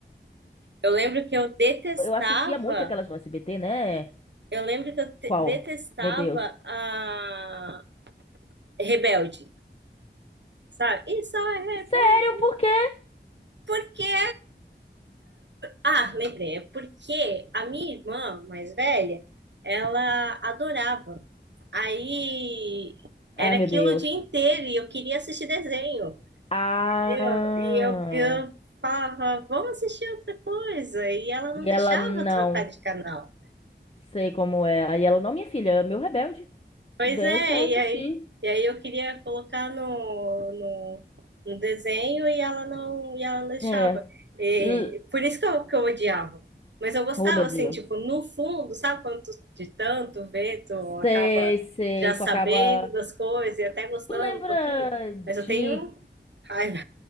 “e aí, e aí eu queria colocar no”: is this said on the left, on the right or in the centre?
Right